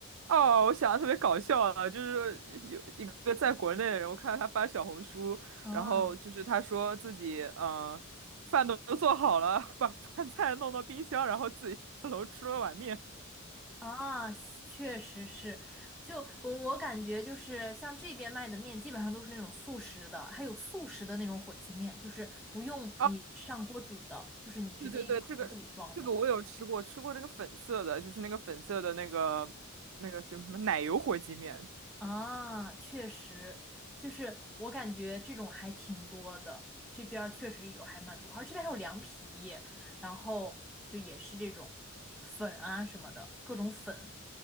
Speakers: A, on the right; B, in the centre.
A: 哦，我想的特别搞笑啊，就是有一个在国内的人，我看到他发小红书，
B: 嗯。
A: 然后就是他说自己呃饭都做好了，把饭菜弄到冰箱，然后自己下楼吃了碗面。
B: 啊，确实是，就我我感觉就是像这边卖的面，基本上都是那种速食的，还有速食的那种火鸡面，就是不用你上锅煮的，
A: 啊，
B: 就是你直接一个盒子里装的。
A: 对对对，这个这个我有吃过，吃过这个粉色的，就是那个粉色的那个那个什么奶油火鸡面。
B: 啊，确实，就是我感觉这种还挺多的，这边儿确实有还蛮多，而这边还有凉皮，然后就也是这种粉啊什么的，各种粉，